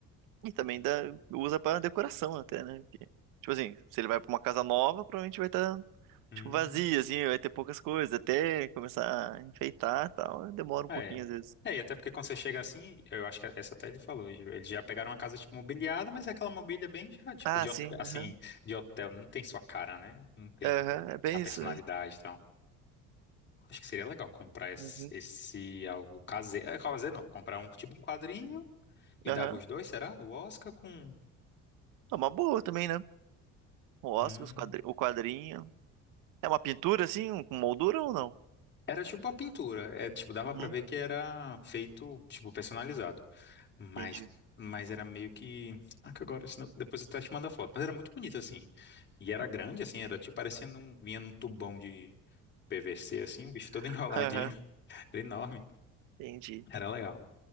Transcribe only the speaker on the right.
E também dá, usa pra decoração até, né? Porque, tipo assim, se ele vai pra uma casa nova, provavelmente vai estar
tipo, vazia, assim, vai ter poucas coisas, até começar a enfeitar e tal. Demora um
pouquinho às vezes.
Ah,
sim.
Aham,
Aham, é bem
isso mesmo.
Uhum.
Aham.
É uma boa também, né? O Oscar,
os quadri- o quadrinho. É uma pintura, assim, um, com moldura ou não?
Uhum.
Entendi.
Uhum.
<laughs>
Aham,
Entendi.